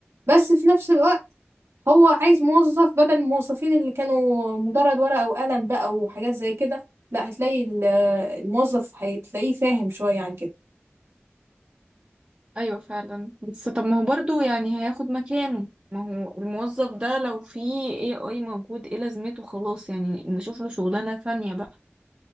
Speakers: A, on the right; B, on the right.
A: بس في نفس الوقت هو عايز موظف بدل الموظفين اللي كانوا مجرد ورقة وقلم بقى وحاجات زي كده لا هتلاقي ال- الموظف هتلاقيه فاهم شوية عن كده
B: ايوه فعلا بس طب ما هو برضو يعني هياخد مكانه ما هو الموظف ده لو في اي اي موجود ايه لازمته خلاص يعني نشوف له شغلانة ثانية بقى